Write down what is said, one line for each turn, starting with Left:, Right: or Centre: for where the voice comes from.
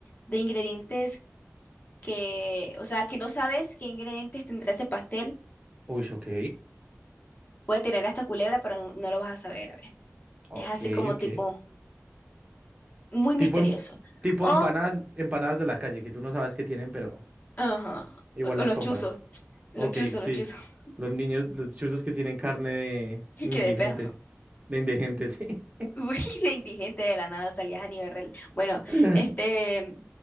Left: de ingredientes que, o sea, que no sabes qué ingredientes tendrá ese pastel.
Right: Uy, ok.
Left: Puede tener hasta culebra, pero no, no lo vas a saber. A ver.
Right: Ok,
Left: Es así como
Right: ok.
Left: tipo muy misterioso.
Right: Tipo, em- tipo
Left: O,
Right: empanadas, empanadas de la calle, que tú no sabes qué tienen, pero
Left: ajá,
Right: igual
Left: o con
Right: las
Left: los
Right: compras.
Left: chuzos,
Right: Ok,
Left: los chuzos,
Right: sí.
Left: los chuzos. <laughs>
Right: Los niños, los chuzos que tienen carne de
Left: Y que
Right: indigente.
Left: de perro.
Right: De indigente, sí.
Left: Uy, <laughs> de indigente de la nada salías a nivel real. Bueno,
Right: <laughs>
Left: este,